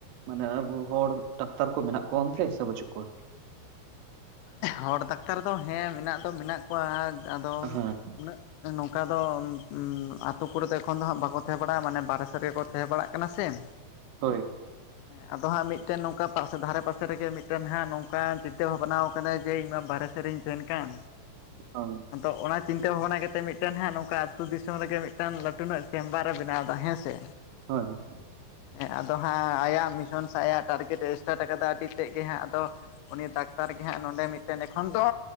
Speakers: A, on the right (about 80°); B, on the left (about 85°).
A: ᱢᱟᱱᱮ ᱟᱵᱚ ᱦᱚᱲ ᱰᱟᱠᱛᱟᱨ ᱠᱚ ᱢᱮᱱᱟᱜ ᱠᱚᱣᱟ ᱚᱱᱛᱮ ᱥᱮ ᱵᱟᱹᱪᱩᱜ ᱠᱚᱣᱟ?
B: ᱦᱚᱲ ᱰᱟᱠᱛᱟᱨ ᱫᱚ ᱦᱮᱸ ᱢᱮᱱᱟᱜ ᱫᱚ ᱢᱮᱱᱟᱜ ᱠᱚᱣᱟ ᱟᱫᱚᱢ
A: ᱦᱮᱸ
B: ᱩᱱᱟᱹᱜ ᱱᱚᱝᱠᱟ ᱫᱚ ᱟᱛᱳ ᱠᱚᱨᱮ ᱫᱚ ᱮᱠᱷᱚᱱ ᱫᱚ ᱦᱟᱸᱜ ᱵᱟᱠᱚ ᱛᱟᱦᱮᱸ ᱵᱟᱲᱟᱜᱼᱟ ᱢᱟᱱᱮ ᱵᱟᱨᱦᱮ ᱥᱮᱫ ᱨᱮᱜᱮ ᱠᱚ ᱛᱟᱦᱮᱸ ᱵᱟᱲᱟᱜ ᱠᱟᱱᱟ ᱥᱮ᱾ <unintelligible>
A: ᱦᱳᱭ
B: ᱦᱮᱸ ᱟᱫᱚ ᱦᱟᱸᱜ ᱢᱤᱫᱴᱮᱱ ᱱᱚᱝᱠᱟ ᱯᱟᱥᱮ ᱫᱷᱟᱨᱮ ᱯᱟᱥᱮ ᱨᱮᱜᱮ ᱢᱤᱫᱴᱮᱱ ᱦᱟᱸᱜ ᱱᱚᱝᱠᱟ ᱪᱤᱱᱛᱟᱹ ᱵᱷᱟᱵᱱᱟ ᱠᱟᱱᱟ ᱡᱮ ᱤᱧ ᱢᱟ ᱵᱟᱨᱮ ᱥᱮᱫ ᱨᱤᱧ ᱛᱟᱦᱮᱱ ᱠᱟᱱ᱾
A: ᱚᱻ
B: ᱟᱫᱚ ᱚᱱᱟ ᱪᱤᱱᱛᱟᱹ ᱵᱷᱟᱵᱱᱟ ᱠᱟᱛᱮᱫ ᱢᱤᱫᱴᱮᱱ ᱦᱟᱸᱜ ᱱᱚᱝᱠᱟ ᱟᱹᱛᱩ ᱫᱤᱥᱚᱢ ᱨᱮᱜᱮ ᱢᱤᱫᱴᱟᱱ ᱞᱟᱹᱴᱩ ᱱᱟᱜ ᱪᱮᱢᱵᱟᱨᱮ ᱵᱮᱱᱟᱣ ᱮᱫᱟ ᱦᱮᱸ ᱥᱮ᱾
A: ᱦᱳᱭ
B: ᱦᱮᱸ ᱟᱫᱚ ᱦᱟᱸᱜ ᱟᱭᱟᱜ ᱢᱤᱥᱚᱱ ᱥᱮ ᱟᱭᱟᱜ ᱴᱟᱨᱜᱮᱴ ᱮᱥᱴᱟᱴ ᱠᱟᱫᱟ ᱟᱹᱰᱤ ᱛᱮᱫ ᱜᱮ ᱦᱟᱸᱜ ᱟᱫᱚ ᱩᱱᱤ ᱰᱟᱠᱛᱟᱨ ᱦᱟᱸᱜ ᱱᱚᱸᱰᱮ ᱢᱤᱫᱴᱮᱱ ᱮᱠᱷᱚᱱ ᱫᱚ